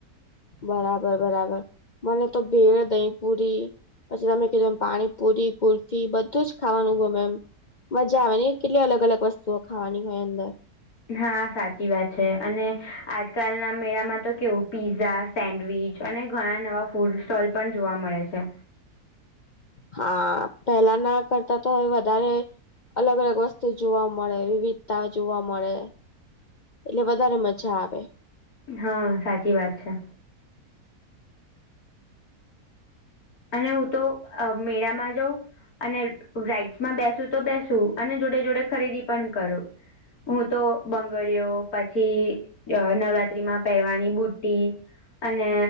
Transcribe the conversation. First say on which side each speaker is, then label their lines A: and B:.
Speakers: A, on the left; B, on the left.
A: બરાબર, બરાબર, મને તો ભેળ, દહીંપૂરી. પછી તમે કીધું એમ પાણીપુરી, કુલ્ફી બધું જ ખાવાનું ગમે એમ. મજા આવે ને, કેટલી અલગ અલગ વસ્તુઓ ખાવાની હોય.
B: હા, સાચી વાત છે, અને આજકાલના મેળામાં તો કેવું પીઝા સેન્ડવીચ અને ઘણા નવા ફૂડ સ્ટોલ પણ જોવા મળે છે.
A: હા, પહેલાંના કરતાં તો હવે વધારે. અલગ અલગ વસ્તુ જોવા મળે, વિવિધતાઓ જોવા મળે. એટલે વધારે મજા આવે.
B: હા, સાચી વાત છે. અને હું તો મેળામાં જઉં. અને રાઈટ્સમાં બેસું તો બેસું અને જોડે જોડે ખરીદી પણ કરું. હું તો બંગળીઓ પછી અને, નવરાત્રીમાં પહેરવાની બુટ્ટી અને